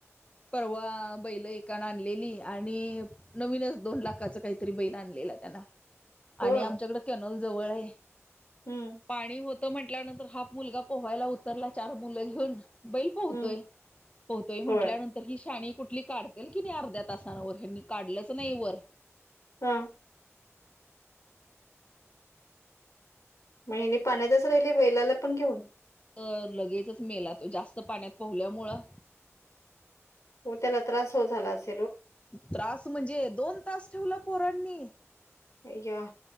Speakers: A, on the left (about 25°); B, on the left (about 80°).
A: परवा बैल एकाणं आणलेली आणि नवीनच दोन लाखाच कायतरी बैल आणले. त्यांना
B: हो.
A: आणि आमच्याकड कॅनोल जवळ ये
B: हम्म
A: पाणी होत त म्हटल्यानंतर हाफ मुलगा पोहायला उत्तरला चार मुलं घेऊन बैल पोहतोय
B: हम्म
A: पोहतोय म्हंटल्यानं-
B: होय
A: ही शाणी कुठली काढतेल की नाय अर्ध्या तासानं वर हैनी काढलंच नाही वर
B: हा म ह्याने पाण्यातच राहिले बैलाला पण घेऊन
A: तर लगेचच मेला तो जास्त पाण्यात पोहल्यामुळं
B: ग त्याला त्रास हो झाला असे
A: त्रास म्हणजे दोन तास ठेवल पोरांनी
B: अ या